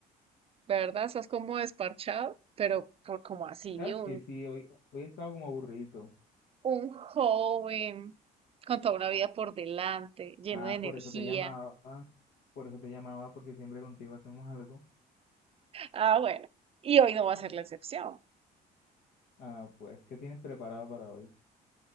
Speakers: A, on the right (about 35°); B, on the left (about 65°).
A: ¿Verdad? Estás como desparchado, pero por como así,
B: Sabes
A: un,
B: que sí, hoy, hoy he estado como aburrido.
A: un joven con toda una vida por delante, lleno
B: Ah,
A: de energía.
B: por eso te llamaba, por eso te llamaba, porque siempre contigo hacemos algo.
A: Ah, bueno, y hoy no va a ser la excepción.
B: Ah, pues, ¿qué tienes preparado para hoy?